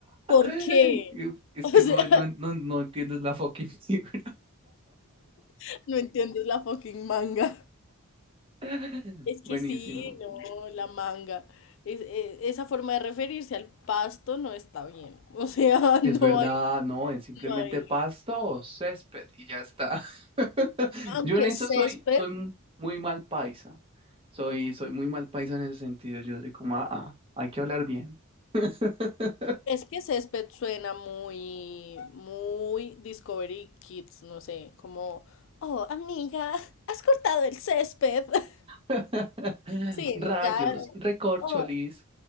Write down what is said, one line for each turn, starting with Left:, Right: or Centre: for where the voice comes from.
Left: ¿por
Right: <laughs>
Left: qué?
Right: Es
Left: O
Right: que
Left: sea,
Right: no, no, no, no entiendes la fucking figura.
Left: <laughs> no entiendes la fucking manga.
Right: <laughs>
Left: Es
Right: Buenísimo.
Left: que sí, no, la manga. Es- e- esa forma de referirse al pasto no está bien. O sea,
Right: Es
Left: <laughs> no
Right: verdad,
Left: hay,
Right: no, es simplemente
Left: no hay.
Right: pasto o césped y ya está. <laughs>
Left: Aunque
Right: Yo en eso
Left: césped,
Right: soy, soy mu- muy mal paisa. Soy, soy muy mal paisa en ese sentido. Yo soy como, ah, ah, hay que hablar bien. <laughs>
Left: es que césped suena muy, muy Discovery Kids, no sé, como, oh, amiga, has cortado el césped. <laughs>
Right: <laughs>
Left: Sí,
Right: Rayos,
Left: no, ya.
Right: recorcholis,
Left: "Oh,